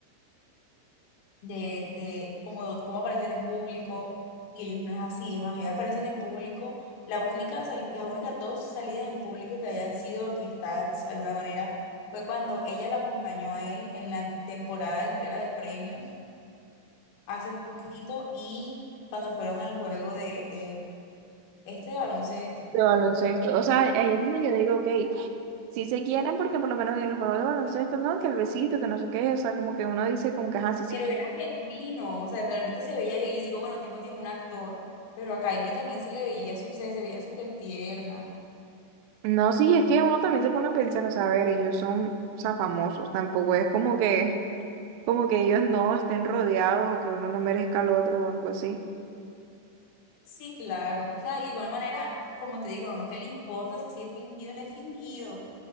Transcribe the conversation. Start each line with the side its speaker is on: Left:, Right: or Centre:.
Left: de, de cómo, cómo aparecen en público y ellos no es así, es más, ellos aparecen en público, la única sal- las únicas dos salidas en público que hayan sido orquestadas de alguna manera fue cuando ella lo acompañó a él en la temporada de entrega de premios hace poquito y cuando fueron al juego de, de este de baloncesto.
Right: de baloncesto. O sea, ahí es donde yo digo, ok, sí se quieren porque por lo menos en el juego de baloncesto, ¿no? Que el besito, que no sé qué, o sea, como que uno dice como que, ajá, sí se
Left: Pero era genuino, o sea, realmente se veía bien. Yo digo, bueno, Timothy es un actor, pero a Kylie también se le veía su, se se veía súper tierna.
Right: No, sí, es que uno también se pone a pensar, o sea, a ver, ellos son, o sea, famosos, tampoco es como que, como que ellos no estén rodeados o que uno no merezca al otro o algo así.
Left: Sí, claro. O sea, igual manera, como te digo, no uno que le importa si es fingido o no es fingido.